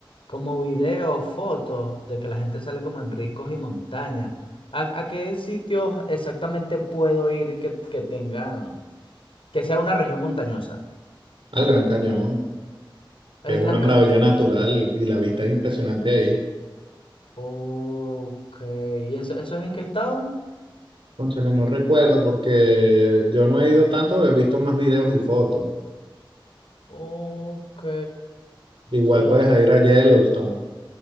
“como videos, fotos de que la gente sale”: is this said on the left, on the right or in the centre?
Left